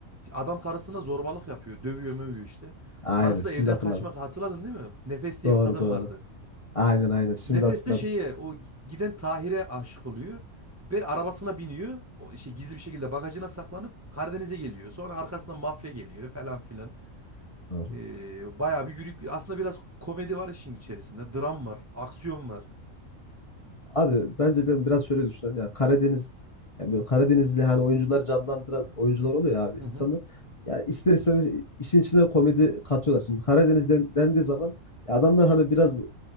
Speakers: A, on the right (about 20°); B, on the left (about 35°).
A: adam karısına zorbalık yapıyor. Dövüyor mövüyor işte.
B: Aynen
A: Karısı
B: şimdi
A: da evden
B: hatırladım.
A: kaçmak hatırladın değil mi? Nefes diye
B: Doğru
A: bir kadın
B: doğru.
A: vardı.
B: Aynen aynen. Şimdi
A: Nefeste
B: hatırladım.
A: şeye o giden Tahir'e aşık oluyor ve arabasına biniyor. O şey gizli bir şekilde bagajına saklanıp Karadeniz'e geliyor. Sonra arkasından mafya geliyor falan filan.
B: Doğru.
A: Ee, bayağı bir yürüyüp aslında biraz komedi var işin içerisinde. Dram var, aksiyon var.
B: Abi bence ben biraz şöyle düşünüyorum ya Karadeniz ya böyle Karadenizli hani oyuncular canlandıran oyuncular oluyor ya abi
A: Hı
B: insanlar
A: hı.
B: ya ister istemez işin içine komedi katıyorlar. Şimdi Karadeniz'den dendiği zaman ya adamlar hani biraz